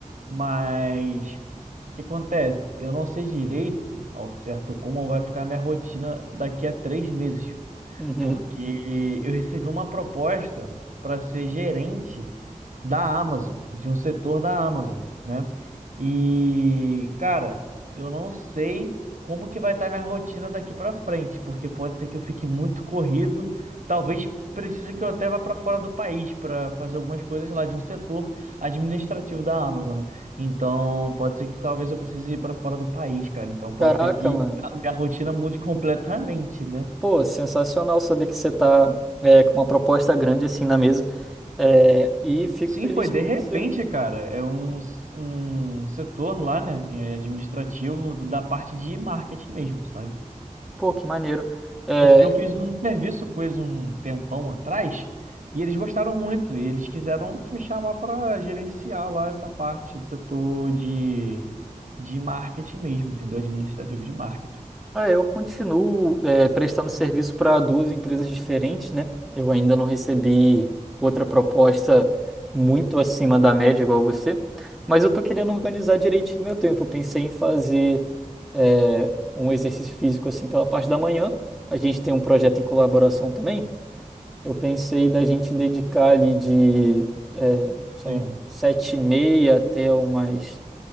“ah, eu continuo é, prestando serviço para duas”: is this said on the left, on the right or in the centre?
Centre